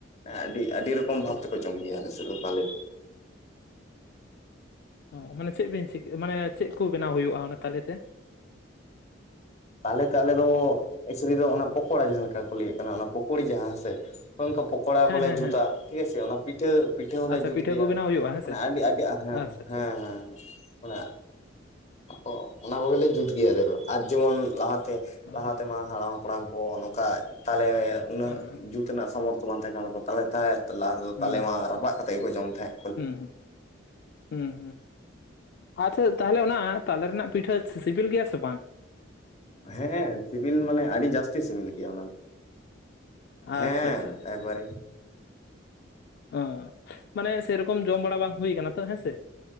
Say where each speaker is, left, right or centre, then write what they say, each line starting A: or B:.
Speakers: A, on the left; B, on the left.
A: ᱟᱹᱰᱤ ᱟᱹᱰᱤ ᱨᱚᱠᱚᱢ ᱵᱷᱟᱵᱽ
B: ᱦᱩᱸ
A: ᱛᱮᱠᱚ
B: ᱦᱩᱸ
A: ᱡᱚᱢ ᱜᱮᱭᱟ᱾ ᱟᱞᱮ ᱥᱮᱫ ᱫᱚ ᱛᱟᱞᱮ ᱫᱚ᱾
B: ᱚ ᱢᱟᱱᱮ ᱪᱮᱫ ᱵᱤᱱ ᱪᱤᱠ? ᱢᱟᱱᱮ ᱪᱮᱜ ᱠᱳ ᱵᱮᱱᱟᱣ ᱦᱩᱭᱩᱜᱼᱟ ᱚᱱᱟ ᱛᱟᱞᱮ ᱛᱮ?
A: ᱛᱟᱞᱮ ᱛᱮ ᱟᱞᱮ ᱫᱚ ᱮᱠᱪᱩᱞᱤ ᱫᱚ ᱚᱱᱟ ᱯᱚᱠᱚᱲᱟ᱾ ᱡᱟᱦᱟᱸ ᱞᱮᱠᱟ ᱠᱚ ᱞᱟᱹᱭᱟᱜ ᱠᱟᱱᱟ ᱚᱱᱟ ᱯᱚᱠᱚᱲᱤ ᱡᱟᱦᱟᱸ ᱦᱮᱸ ᱥᱮ᱾ ᱚᱝᱠᱟ ᱯᱚᱠᱚᱲᱟ ᱜᱮ
B: ᱦᱮᱸ
A: ᱠᱚ ᱞᱟᱹᱭᱼᱟ,
B: ᱦᱮᱸ
A: ᱡᱩᱛᱟ
B: ᱦᱮᱸ
A: ᱴᱷᱤᱠ ᱟᱪᱷᱮ᱾ ᱚᱱᱟ ᱯᱤᱴᱷᱟᱹ ᱯᱤᱴᱷᱟᱹ ᱦᱚᱸᱞᱮ
B: ᱟᱪᱪᱷᱟ
A: ᱡᱩᱛ
B: ᱯᱤᱴᱷᱟᱹ
A: ᱜᱮᱭᱟ᱾
B: ᱠᱚ ᱵᱮᱱᱟᱣ ᱦᱩᱭᱩᱜᱼᱟ ᱦᱮᱸ
A: ᱢᱟᱱᱮ
B: ᱥᱮ
A: ᱟᱹᱰᱤ ᱟᱹᱰᱤ ᱦᱮᱸ ᱦᱮᱸ
B: ᱟᱪᱪᱷᱟ ᱟᱪᱪᱷᱟ
A: ᱦᱮᱸ ᱦᱮᱸ᱾ ᱢᱟᱱᱮᱜ ᱚᱜ ᱚᱱᱟ ᱠᱚᱜᱽᱞᱮ ᱡᱩᱛ ᱜᱮᱭᱟ᱾ ᱟᱞᱮ ᱫᱚ ᱟᱨ ᱡᱮᱢᱚᱱ ᱞᱟᱦᱟ ᱛᱮ
B: ᱚᱸ
A: ᱞᱟᱦᱟ ᱛᱮᱢᱟ ᱦᱟᱲᱟᱢ- ᱦᱟᱯᱲᱟᱢ ᱠᱚ ᱱᱚᱝᱠᱟ ᱛᱟᱞᱮ ᱩᱱᱟᱹᱜ
B: ᱚᱸ
A: ᱡᱩᱛ ᱛᱮᱱᱟᱹᱜ ᱥᱟᱢᱚᱨᱛᱷᱚ ᱵᱟᱝ ᱛᱟᱦᱮᱸ ᱠᱟᱱ ᱛᱟᱠᱚᱣᱟ ᱛᱟᱦᱚᱞᱮ ᱛᱚ, ᱞᱟᱦᱟ ᱛᱮᱫᱚ
B: ᱦᱮᱸ
A: ᱛᱟᱞᱮ ᱢᱟ
B: ᱟᱪᱪᱷᱟ
A: ᱨᱟᱯᱟᱜ
B: ᱟᱪᱪᱷᱟ
A: ᱠᱟᱛᱮᱜ ᱜᱮᱠᱚ ᱡᱚᱢ ᱛᱟᱦᱮᱸᱜ᱾
B: ᱦᱩᱸ, ᱦᱩᱸ᱾ ᱦᱩᱸ, ᱦᱩᱸ᱾ ᱟᱪᱪᱷᱟ ᱛᱟᱦᱞᱮ ᱚᱱᱟ ᱛᱟᱞᱮ ᱨᱮᱱᱟᱜ ᱯᱤᱴᱷᱟᱹ ᱥᱤᱵᱤᱞ ᱜᱮᱭᱟ ᱥᱮ ᱵᱟᱝ?
A: ᱦᱮᱸ, ᱥᱤᱵᱤᱞ ᱢᱟᱱᱮ ᱟᱹᱰᱤ ᱡᱟᱥᱛᱤ ᱥᱤᱵᱤᱞ ᱜᱮᱭᱟ, ᱚᱱᱟ ᱫᱚ᱾ ᱦᱮᱸ
B: ᱟᱪᱪᱷᱟ ᱟᱪᱪᱷᱟ ᱟᱪᱪᱷᱟ
A: ᱮᱠᱵᱟᱨᱮ
B: ᱚ ᱢᱟᱱᱮ ᱥᱮᱨᱚᱠᱚᱢ ᱡᱚᱢ ᱵᱟᱲᱟ ᱵᱟᱝ ᱦᱩᱭ ᱠᱟᱱᱟ ᱛᱚ, ᱦᱮᱸᱥᱮ